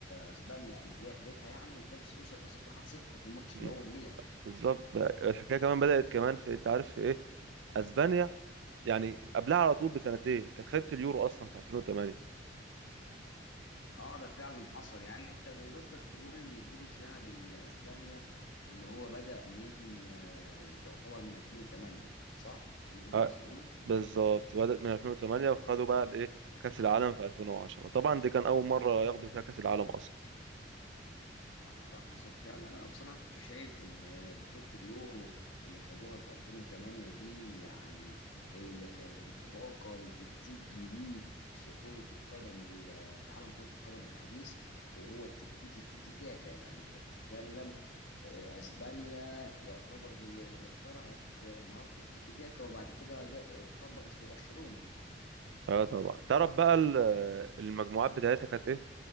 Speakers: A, on the left; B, on the right.
A: اسبانيا اللي هي خدتها يعني قدام سويسرا خسرت 1-0 في الماتش
B: م،
A: اللي هو ليها
B: بالظبط بقى الحكايه كمان بدات كمان في انت عارف في ايه اسبانيا يعني قبلها على طول بسنتين كانت خدت اليورو اصلا في 2008
A: اه ده فعلا حصل يعني انت قصدك تقول ان الجيل الذهبي لاسبانيا ان هو بدأ من آه، يعتبر من 2008 صح باللي انت
B: اه
A: عايز تقوله
B: بالظبط بدات من 2008 وخدوا بقى الايه كاس العالم في 2010 طبعا دي كان اول مره ياخدوا فيها كاس العالم اصلا
A: آه، ده حصل فعلا انا بصراحه كنت شايف ان بطوله اليورو اللي خدوها في 2008 دي يعني هي كانت انطلاقه لتكتيك جديد في كره القدم ال- في عالم كره القدم الحديث وهو التكتيك التيكي تاكا يعني انت بتتكلم آه، اسبانيا يعتبر هي اللي اخترعت آه، مهاره التيكي تاكا وبعد كده جا- اتطبقت في برشلونه
B: اه طبعا تعرف بقى ال- المجموعات بتاعتها كانت ايه